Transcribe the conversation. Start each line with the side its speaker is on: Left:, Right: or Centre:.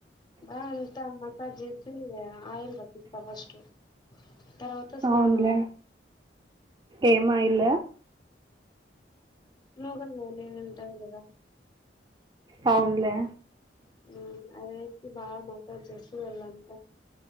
Left: బా అంతా మసాజ్ చేసి ఆయిల్ పట్టిస ఫస్ట్ తర్వాత స్నానం
Right: అవునులే ఏం ఆయిల్
Left: నువ్వుల నూనె ఏదో ఉంటది కదా
Right: కావునులే
Left: ఉ అదే బాగా మసాజ్ చేసి ఒళ్లంతా